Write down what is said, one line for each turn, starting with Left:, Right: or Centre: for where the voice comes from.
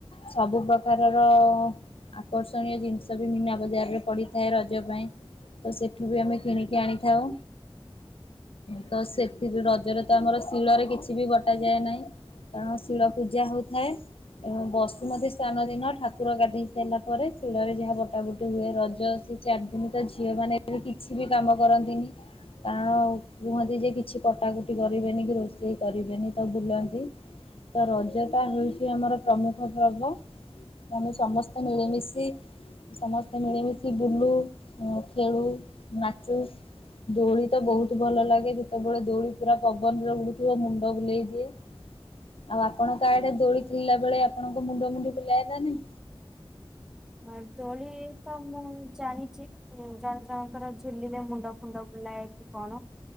Left: ସବୁ ପ୍ରକାରର ଆକର୍ଷଣୀୟ ଜିନିଷ ବି ମୀନା ବଜାରରେ ପଡିଥାଏ ରଜ ପାଇଁ। ତ ସେ ଏଠୁ ବି ଆମେ କିଣିକି ଆଣିଥାଉ। ତ ସେଥିରୁ ରଜରେ ତ ଆମର ଶିଳରେ କିଛି ବି ବଟାଯାଏ ନାହିଁ। କାରଣ ଶିଳ ପୂଜା ହଉଥାଏ। ଏବଂ ବସୁମତୀ ସ୍ଥାନ ଦିନ ଠାକୁର ଗାଧୋଇ ସାରିଲା ପରେ ଶିଳରେ ଯାହା ବଟାବୁଟି ହୁଏ ରଜ ସେ ଚାରି ଦିନ ତ ଝିଅ ମାନେ ଏ କିଛି ବି କାମ କରନ୍ତିନି। କାରଣ କୁହନ୍ତି ଯେ କିଛି କଟା କଟି କରିବେନି କି ରୋଷେଇ କରିବେନି ତ ବୁଲନ୍ତି। ତ ରଜଟା ହେଉଚି ଆମର ପ୍ରମୁଖ ପର୍ବ। ଆମେ ସମସ୍ତେ ମିଳିମିଶି ସମସ୍ତେ ମିଳିମିଶି ବୁଲୁ ଖେଳୁ ନାଚୁ। ଦୋଳି ତ ବହୁତ ଭଲ ଲାଗେ ଯେତେବେଳେ ଦୋଳି ପୁରା ପବନ ରେ ଉଡୁଥିବ ମୁଣ୍ଡ ବୁଲେଇ ଦିଏ। ଆଉ ଆପଣଙ୍କ ଆଡେ ଦୋଳି ଖେଳିଲା ବେଳେ ଆପଣଙ୍କ ମୁଣ୍ଡ ମୁଣ୍ଡି ବୁଲାଏନା ନାଇଁ?
Centre: ହଁ ଦୋଳି ତ ମୁଁ ଜାଣିଚି ଉଁ ଜଣ ଜଣଙ୍କର ଝୁଲିଲେରେ ମୁଣ୍ଡ ଫୁଣ୍ଡ ବୁଲା କି କଣ?